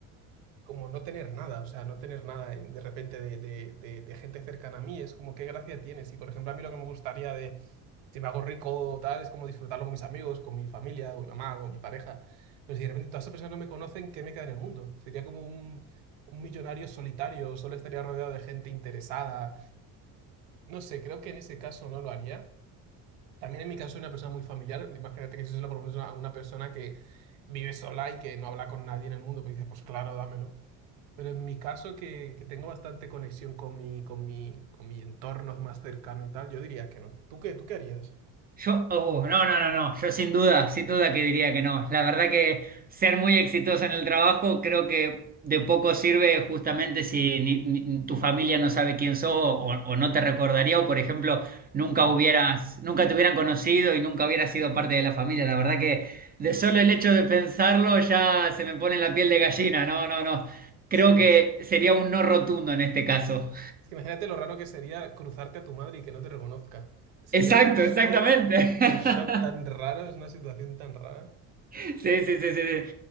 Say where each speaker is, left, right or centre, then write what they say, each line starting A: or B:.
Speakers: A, on the right; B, on the right.
A: como no tener nada, o sea, no tener nada en- de repente de, de, de, de gente cercana a mí. Es como, ¿qué gracia tienes? Y, por ejemplo, a mí lo que me gustaría si me hago rico, tal, es como disfrutarlo con mis amigos, con mi familia, con mi mamá, con mi pareja. Pero si de repente todas esas personas no me conocen, ¿qué me queda en el mundo? Sería como un, un millonario solitario, solo estaría rodeado de gente interesada. No sé, creo que en ese caso no lo haría. También en mi caso soy una persona muy familiar. Imagínate que si se lo propones a una persona que vive sola y que no habla con nadie en el mundo, pues dices, pues claro, dámelo. Pero en mi caso, que, que tengo bastante conexión con mi, con mi, con mi entorno más cercano y tal, yo diría que no. ¿Tú qué? ¿Tú qué harías?
B: Yo, uh, no, no, no, no, yo sin duda, sin duda que diría que no. La verdad que ser muy exitoso en el trabajo creo que de poco sirve justamente si ni- ni- tu familia no sabe quién sos o, o no te recordaría o, por ejemplo, nunca
A: Claro.
B: hubieras, nunca te hubieran conocido y nunca hubieras sido parte de la familia. La verdad que de solo el hecho de pensarlo ya se me pone la piel de gallina. No, no, no.
A: Sí,
B: Creo que
A: sí.
B: sería un no rotundo en este caso.
A: Es que imagínate lo raro que sería cruzarte a tu madre y que no te reconozca. Sería
B: Exacto,
A: un shock,
B: exactamente.
A: un shock tan
B: <laughs>
A: raro, es una situación tan rara.
B: Sí, sí, sí, sí. sí.